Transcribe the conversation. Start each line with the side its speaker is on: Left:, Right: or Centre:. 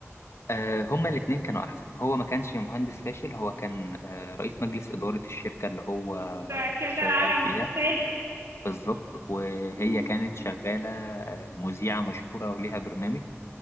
Left: آه، هما الاتنين كانوا أحسن هو ما كانش مهندس فاشل هو كان آه، رئيس مجلس إدارة الشركة اللي هو
Right: ده كده
Left: شغال
Right: العالم
Left: فيها
Right: المثالي
Left: بالظبط وهي
Right: مم.
Left: كانت شغالة آه، مذيعة مشهورة وليها برنامج